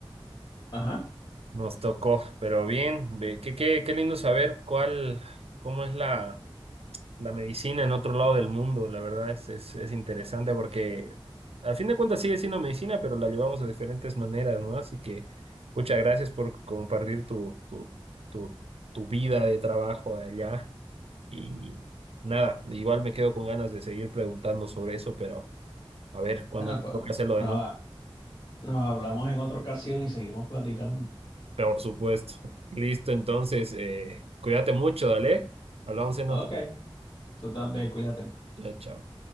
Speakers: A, on the left (about 55°); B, on the right (about 85°).
A: ajá,
B: nos tocó, pero bien, ve- qué, qué, qué lindo saber cuál, cómo es la La medicina en otro lado del mundo, la verdad es, es, es interesante porque al fin de cuentas sigue siendo medicina, pero la llevamos de diferentes maneras, ¿no? Así que muchas gracias por compartir tu, tu, tu, tu vida de trabajo allá. Y nada, igual me quedo con ganas de seguir preguntando sobre eso, pero a ver, cuando
A: nada,
B: nos
A: pues
B: toca hacerlo
A: nos,
B: de nuevo,
A: nos hablamos en otra ocasión y seguimos platicando.
B: por supuesto. Listo, entonces, eh, cuídate mucho, dale. Hablamos en
A: Ok,
B: otra.
A: tú también, cuídate.
B: Chao, chao.